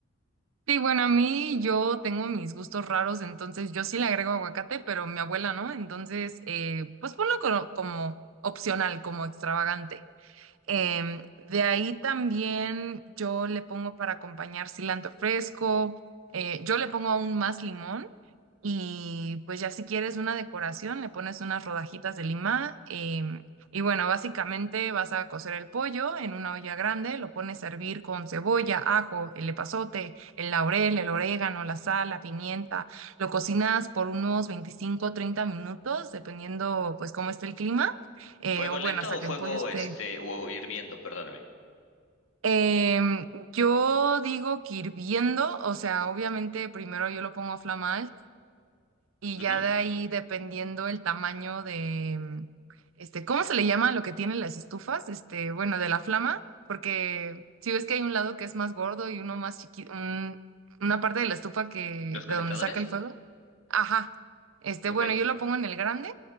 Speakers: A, on the right (about 75°); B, on the left (about 70°).
A: Sí, bueno, a mí yo tengo mis gustos raros, entonces yo sí le agrego aguacate, pero mi abuela no, entonces eh, pues ponlo como, como opcional, como extravagante. Em, de ahí también yo le pongo para acompañar cilantro fresco, eh, yo le pongo aún más limón y pues ya si quieres una decoración le pones unas rodajitas de lima em, y bueno, básicamente vas a cocer el pollo en una olla grande, lo pones a hervir con cebolla, ajo, el epazote, el laurel, el orégano, la sal, la pimienta, lo cocinas por unos 25 o 30 minutos dependiendo pues cómo esté el clima eh,
B: ¿Fuego
A: o
B: lento
A: bueno, hasta
B: o
A: que
B: fuego
A: el pollo esté...
B: este o hirviendo? Perdóname.
A: Em, yo digo que hirviendo, o sea, obviamente primero yo lo pongo a flamar y
B: Ujú.
A: ya de ahí dependiendo el tamaño de, em, este, ¿cómo se le llama lo que tienen las estufas? Este, bueno, de la flama, porque si ves que hay un lado que es más gordo y uno más chiquito, una parte de la estufa que,
B: ¿Los calentadores?
A: de donde saca el fuego. Ajá. Este,
B: Ok.
A: bueno, yo lo pongo en el grande